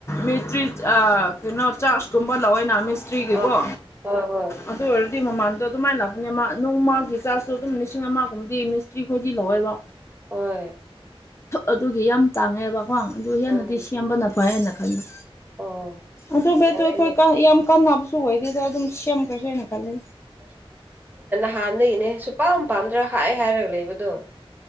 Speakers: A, on the left; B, on the right.
A: ꯃꯦꯇ꯭ꯔꯤ ꯀꯩꯅꯣ ꯆꯥꯔꯖꯀꯨꯝꯕ ꯂꯧꯋꯏ ꯅꯍ ꯃꯤꯁꯇ꯭ꯔꯤꯒꯤꯀꯣ
B: ꯑꯥ ꯑ ꯍꯣꯏ ꯍꯣꯏ
A: ꯑꯗꯨ ꯑꯣꯏꯔ ꯑꯗꯨ ꯃꯃꯥꯟꯗꯣ ꯑꯗꯨꯃꯥꯏꯅ ꯂꯥꯛꯄꯅꯦ ꯃꯥ ꯅꯣꯡ ꯃꯥꯒꯤ ꯆꯥꯔꯖꯁꯨ ꯑꯗꯨꯝ ꯂꯤꯁꯤꯡ ꯑꯃꯒꯨꯝꯕꯗꯤ ꯃꯤꯁꯇ꯭ꯔꯤ ꯈꯣꯏꯗꯤ ꯂꯧꯋꯦꯕ
B: ꯍꯣꯏ
A: ꯑꯗꯨꯒꯤ ꯌꯥꯝ ꯇꯥꯡꯉꯦꯕꯀꯣ ꯑꯗꯨ ꯍꯦꯟꯅꯗꯤ
B: ꯎꯝ
A: ꯁꯦꯝꯕ ꯅꯠꯇꯕ ꯐꯅ ꯈꯟꯕ
B: ꯑꯣ
A: ꯑꯗꯨꯕꯨ
B: ꯌꯥꯔꯦꯅꯦ
A: ꯑꯩꯈꯣꯏ ꯌꯥꯝ ꯀꯥꯟꯕꯨ ꯄꯨꯨꯨꯡꯒꯣꯏꯗꯤꯗ ꯑꯗꯨꯝꯃ ꯁꯦꯝꯃꯃꯦꯥꯏ ꯌꯥ ꯌꯦꯅꯥꯜꯂ
B: ꯍꯥꯟꯅꯗꯒꯤꯅꯦ ꯁꯨ ꯄꯥꯝ ꯄꯥꯝꯗ꯭ꯔꯥ ꯍꯥꯏ ꯍꯥꯏꯔꯒ ꯂꯩꯕꯗꯣ